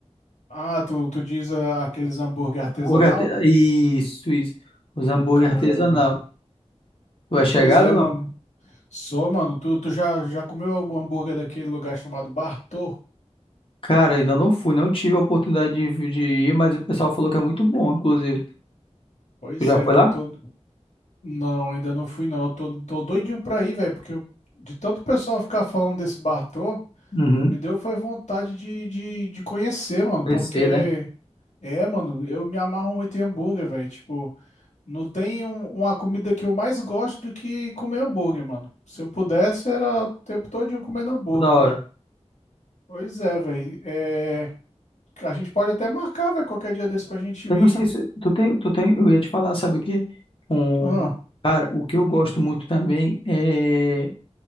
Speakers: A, on the left; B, on the left.
A: Ah, tu, tu diz ah, aqueles hambúrguer artesanal?
B: Hambúrguer, arte- isso, isso. Os hambúrguer
A: Caramba.
B: artesanal. Tu é chegado
A: Pois é,
B: ou
A: mano.
B: não?
A: Sou, mano. Tu, tu já, já comeu algum hambúrguer daquele lugar chamado Bartô?
B: Cara, ainda não fui, não tive a oportunidade de, de ir, mas o pessoal falou que é muito bom, inclusive.
A: Pois
B: Tu já
A: é,
B: foi
A: velho.
B: lá?
A: Eu tô. Não, ainda não fui, não. Eu tô, tô doidinho pra ir, velho. Porque eu- de tanto pessoal ficar falando desse Bartô,
B: Uhum.
A: me deu foi vontade de, de, de conhecer, mano.
B: Conhecer,
A: Porque.
B: né?
A: É, mano, eu me amarro muito em hambúrguer, velho. Tipo. Não tem um- uma comida que eu mais gosto do que comer hambúrguer, mano. Se eu pudesse, era o tempo todinho comendo hambúrguer.
B: Toda hora.
A: Pois é, velho. É... A gente pode até marcar, velho, qualquer dia desse pra gente
B: Eu
A: ir.
B: não sei se tu tem, tu tem, eu ia te falar, sabe o quê? Um,
A: Ah,
B: cara, o que eu gosto muito também é,